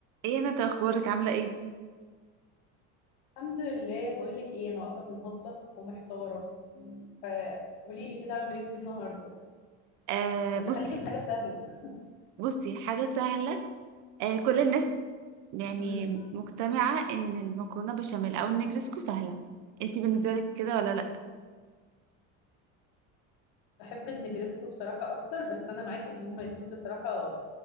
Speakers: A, on the right; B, on the left.
A: ايه انا طيب، اخبارك عامله ايه
B: الحمد لله بقول لك ايه انا واقفه في المطبخ ومحتاره فقولي لي كده اعمل ايه النهارده
A: آه
B: بس
A: بصي
B: خليكي في حاجه سهله
A: بصي حاجه سهله آه كل الناس يعني
B: امم
A: مجتمعه ان المكرونه بشاميل او النجرسكو سهله انتي بالنسبه لك كده ولا لا
B: بحب النجرسكو بصراحه اكتر بس انا معاكي ان هما الاتنين بصراحه